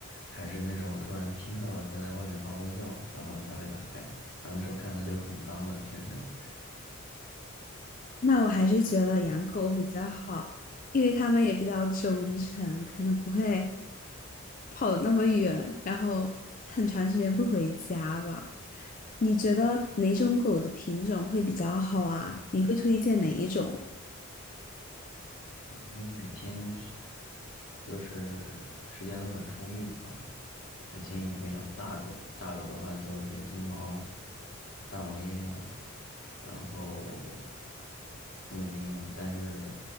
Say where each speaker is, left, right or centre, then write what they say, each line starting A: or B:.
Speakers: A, on the left; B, on the left.
A: 还是那种我突然听到了它在外面嗷嗷叫，然后才会打开，然后那时候看它就很脏了，全身。
B: 那我还是觉得养狗比较好，因为它们也比较忠诚，可能不会跑的那么远，然后很长时间不回家吧。你觉得哪种狗的品种会比较好啊？你会推荐哪一种？
A: 如果你每天是就是时间都很充裕的话，我建议你会养大狗。大狗的话就是金毛啊、萨摩耶呀，然后杜宾啊。但是